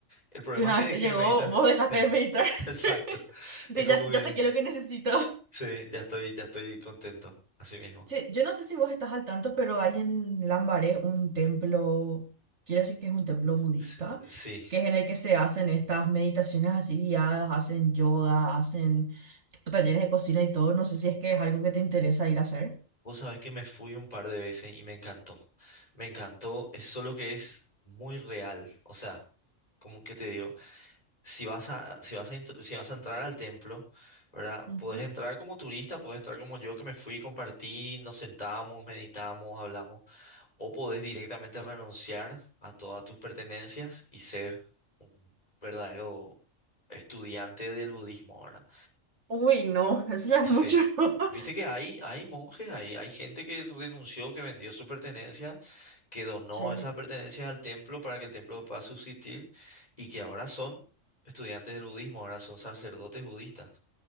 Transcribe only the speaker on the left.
El problema
es que
dejé
de meditar.
<laughs>
Sí,
exacto.
Es como
que,
sí, ya estoy, ya estoy contento, así mismo.
Sí. sí.
Vos sabés que me fui un par de veces y me encantó. Me encantó, es solo que es muy real. O sea, como que te digo, si vas a, si vas a, intro- si vas a entrar al templo, ¿verdad?
Podés entrar como turista, podés entrar como yo que me fui, compartí, nos sentamos, meditamos, hablamos. O podés directamente renunciar a todas tus pertenencias y ser un verdadero estudiante del budismo, ¿verdad?
Sí.
Viste que hay, hay monjes, hay, hay gente que renunció, que vendió su pertenencia, que donó
esas pertenencias al templo para que el templo pueda subsistir y que ahora son estudiantes del budismo, ahora son sacerdotes budistas.